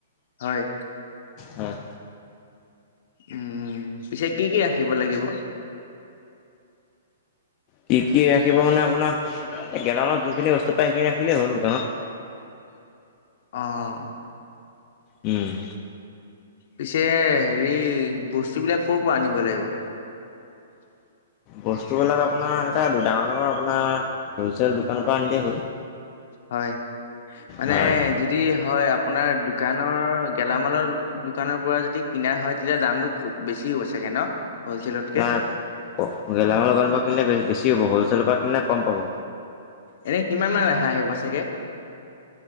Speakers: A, on the left; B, on the left.
A: হয়।
B: হয়।
A: উম পিছে কি কি ৰাখিব লাগিব?
B: কি কি ৰাখিব মানে আপোনাৰ গেলামালত যোনখিনি বস্তু পায় সেইখিনি ৰাখিলেই হ'ল দোকানত।
A: অহ
B: উম।
A: পিছে হেৰি বস্তু বিলাক কৰ পৰা আনিব লাগিব? <inaudible>
B: বস্তুবিলাক আপোনাৰ এনেকা ডাঙৰ ডাঙৰ আপোনাৰ হ'লচেল দোকানৰ পৰা আনিলেই হ'ল।
A: হয় মানে
B: হয়
A: যদি হয় আপোনাৰ দোকানৰ গেলামালৰ দোকানৰ পৰা যদি কিনা হয় তেতিয়া দামতটো খুব বেছি চাগে ন। হ'লচেলতকে?
B: নাই গেলামাল গানৰ পৰা কিনিলে বেছি হ'ব হলচেলৰ পৰা কিনিলে কম পাব।
A: এনে কিমানান ৰেহাই আহিব চাগে।